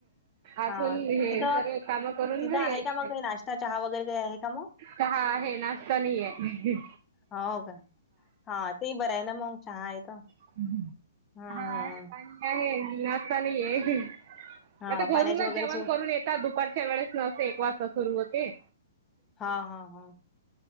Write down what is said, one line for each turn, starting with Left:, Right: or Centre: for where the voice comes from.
Right: आजून
Left: हां.
Right: हे
Left: तिथं
Right: सर्व कामं करून
Left: तिथं
Right: घरी
Left: आहे
Right: यायचं
Left: का मग काही नाश्ता, चहा वगैरे? काही आहे का मग?
Right: चहा आहे, नाश्ता नाहीये.
Left: होव काय? हा, ते बरं आहे ना मग चहा आहेे तर.
Right: हा,
Left: हं,
Right: चहा
Left: हं.
Right: आहे, पाणी आहे, नाश्ता नाहीये.
Left: हां,
Right: आता घरूनच
Left: पाण्याची वगैरे
Right: जेवण
Left: सोय
Right: करून येतात. दुपारच्या वेळेस न एक वाजता सुरू होते.
Left: हा, हा, हा.